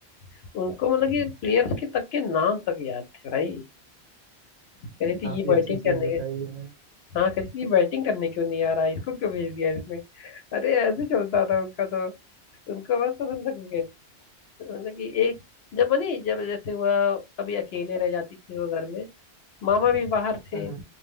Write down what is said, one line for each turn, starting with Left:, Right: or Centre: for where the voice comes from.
Left: उनको मतलब कि प्लेयर्स के तक के नाम तक याद थे भाई कहती
Right: तो
Left: थी
Right: काफी
Left: ये बैटिंग
Right: अच्छी चीज
Left: करने
Right: बताई
Left: के
Right: है
Left: हाँ कहती थी ये बैटिंग करने क्यों नहीं आ रहा है? इसको क्यों भेज दिया इसमें अरे ऐसे चलता था उनका तो उनको बहुत पसंद था क्रिकेट मतलब कि एक जब बनी जब जैसे हुआ कभी अकेले रह जाती थी वो घर में मामा भी बाहर थे
Right: हाँ,